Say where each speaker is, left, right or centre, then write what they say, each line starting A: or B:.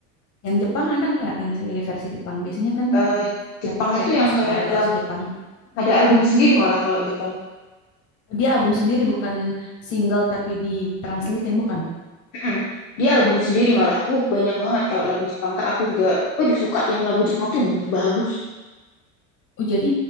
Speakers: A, on the left (about 50°); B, on the left (about 80°).
A: Yang Jepang ada nggak? Yang seri versi Jepang biasanya kan
B: Eh, Jepang
A: dari K-pop
B: itu yang
A: suka
B: kayak
A: ada versi
B: lagu
A: Jepang.
B: ada album sendiri malah kalau Jepang.
A: Dia album sendiri bukan single tapi ditranslatein bukan.
B: Mm-mm. Dia album sendiri malah. Uh, banyak banget kalau lagu Jepang. Kak, aku juga aduh suka yang lagu Jepang tuh yang bagus-bagus.
A: Oh, jadi